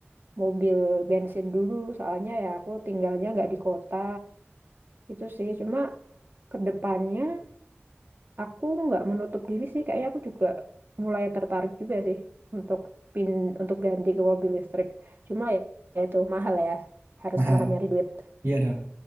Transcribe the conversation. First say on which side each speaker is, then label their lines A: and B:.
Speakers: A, on the right (about 50°); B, on the right (about 70°).
A: mobil bensin dulu. Soalnya ya aku tinggalnya nggak di kota gitu sih. Cuma kedepannya Aku nggak menutup diri sih, kayaknya aku juga mulai tertarik juga sih untuk pin untuk ganti ke mobil listrik. Cuma ya, ya itu mahal ya, harus
B: Mahal.
A: semangat nyari duit.
B: Iya dong.